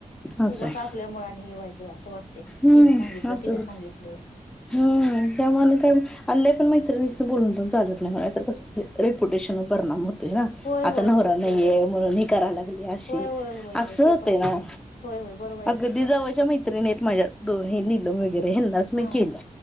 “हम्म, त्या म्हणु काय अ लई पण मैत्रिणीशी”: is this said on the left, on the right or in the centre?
Centre